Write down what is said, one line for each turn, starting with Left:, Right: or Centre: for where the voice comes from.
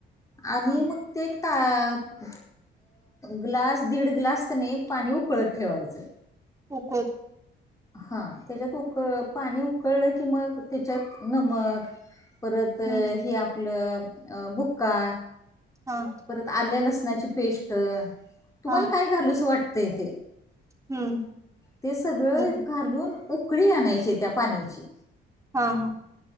Left: आणि
Right: हा
Left: मग टाक. ग्लास दीड ग्लास कने पाणी उकळत ठेवायचं.
Right: कुकत.
Left: हा त्याच्यात उकळ पाणी उकळलं की मग त्याच्यात नमक परत
Right: हम्म
Left: हे आपलं बुक्का.
Right: हा.
Left: परत आले लसणाची पेस्ट. तुम्हाला
Right: हा
Left: काय घालूस वाटतय ते.
Right: हम्म
Left: ते सगळं
Right: हम्म
Left: घालून उकळी आणायची त्या पाण्याची.
Right: हा हा.